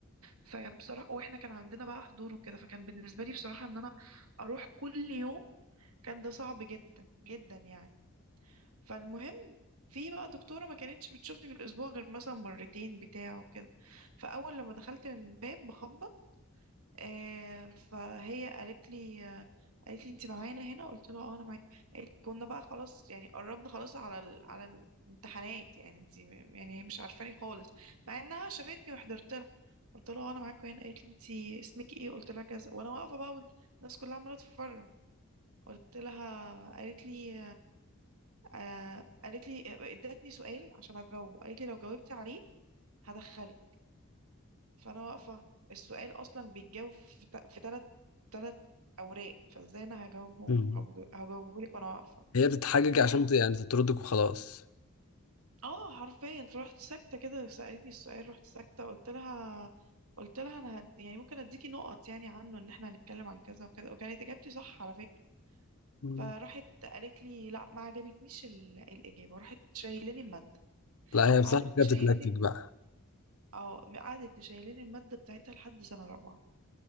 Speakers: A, on the right; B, on the left.
A: فبصراحه واحنا كان عندنا بقى حضور وكده فكان بالنسبه لي بصراحه ان انا اروح كل يوم كان ده صعب جدا جدا يعني فالمهم في بقى دكتوره ما كانتش بتشوفني في الاسبوع غير مثلا مرتين بتاع وكده فاول لما دخلت من باب بخبط آه، فهي قالت لي آه، قالت لي انت معانا هنا قلت لها اه انا معاك قالت لي كنا بقى خلاص يعني قربنا خلاص على ال... على الامتحانات يعني انت م- يعني هي مش عارفاني خالص مع انها شافتني وحضرت لها قلت لها اه انا معاك هنا قالت لي انت اسمك ايه قلت لها كذا وانا واقفه بقى والناس كلها عماله تتفرج قلت لها قالت لي آه قالت لي آه، ادتني سؤال عشان اجاوبه قالت لي لو جاوبتي عليه هدخلك فانا واقفه السؤال اصلا بيتجاوب في تا- في تلات تلات اوراق فازاي انا هجاوبه
B: مم.
A: هجاوبه لك وانا واقفه
B: هي بتتحجج عشان ت- يعني تطردك وخلاص
A: اه حرفيا فرحت ساكته كده سالتني السؤال رحت ساكته قلت لها قلت لها انا هد... يعني ممكن اديكي نقط يعني عنه ان احنا هنتكلم عن كذا وكذا وكانت اجابتي صح على فكره
B: مم.
A: فراحت قالت لي لا ما عجبتنيش ال... الاجابه راحت شايلاني الماده
B: لا هي بصراحة
A: قعدت
B: كده
A: مشايلاني
B: بتتنكد بقى
A: اه قعدت مشايلاني الماده بتاعتها لحد سنه رابعه